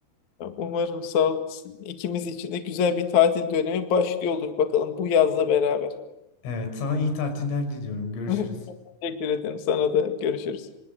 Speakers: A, on the left (about 50°); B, on the left (about 75°).
A: Ya Umarım sağ olasın. İkimiz için de güzel bir tatil dönemi başlıyor olur bakalım bu yazla beraber.
B: Evet, sana iyi tatiller diliyorum. Görüşürüz.
A: <laughs> Teşekkür ederim sana da görüşürüz.